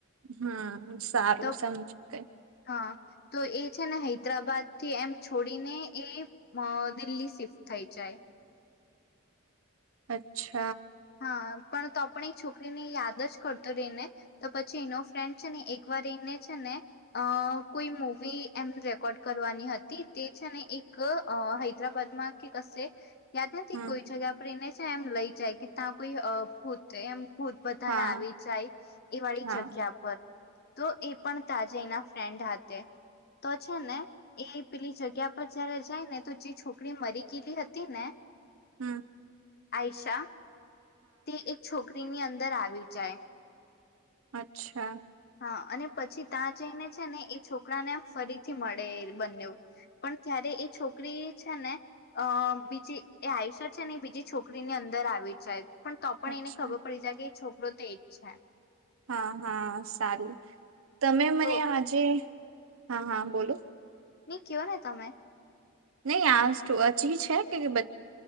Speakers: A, on the right; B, on the left.
A: હમ સારું
B: તો
A: સમજ કઈ.
B: હા તો એ છે ને હૈદરાબાદ થી એમ છોડીને એ અ દિલ્હી શિફ્ટ થઈ જાય.
A: અચ્છા.
B: હા. પણ તો આપણે એ છોકરીને યાદ જ કરતો રહીને તો પછી એનો ફ્રેન્ડ છે ને એક વાર એને છે ને અ કોઈ મવી એમ રેકોર્ડ કરવાની હતી તે છે ને એક હૈદરાબાદમાં કે કશે યાદ નથી
A: હમ
B: કોઈ જગ્યા પર એને એમ લઈ જાય કે ત કોઈ અ પોતે એમ. ભૂત બધાને
A: હા
B: આવી જાય એ વાળી
A: હા
B: જગ્યા પર તો એ પણ તાજે એના ફ્રેન્ડ હતા તો છે ને એ પેલી જગ્યા પર જયારે જાય ને તો જે છોકરી મરી ગયલી હતી ને.
A: હમ્મ.
B: આયષા. તે એક છોકરીની અંદર અર આવી જાય.
A: અચ્છા.
B: હ અને પછી ત્યાં જઈને છે ને એ છોકરા ને એમ ફરીથી મળે બન્યું પણ ત્યારે એ છોકરી છે ને અ બીજી એ આયુષ્યત છે ને એ બીજી છોકરી ની અંદર આવી જાય. પણ તો પણ
A: અચ્છા
B: એને ખબર પડી જાય કે છોકરો તો ઈચ્છા.
A: હા હા. સારું. તમે મને
B: તો
A: આજે હા હા બોલો.
B: ની કયો ને તમે.
A: નહી આજ તો અ ચીજ છે કે બ